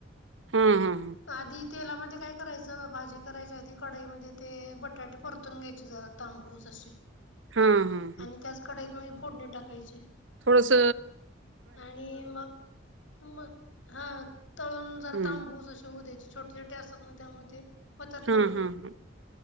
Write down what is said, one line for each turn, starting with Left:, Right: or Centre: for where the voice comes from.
Right: हा हा हम
Left: आधी तेलामध्ये काय करायचं भाजी करायच्या आधी कडाईमध्येध्ये ते बटाटे परतून घ्यायचे जरा तांबूस असे
Right: हां, हां,
Left: आणि त्याच कढईत मग फोडणी टाकायची
Right: थोडस
Left: आणि मग मग हा तळून जरा
Right: हं.
Left: तांबूस असे होऊ द्यायचे छोटे छोटे असतात ना त्यामध्ये होतात
Right: हां,
Left: लवकर
Right: हां, हां.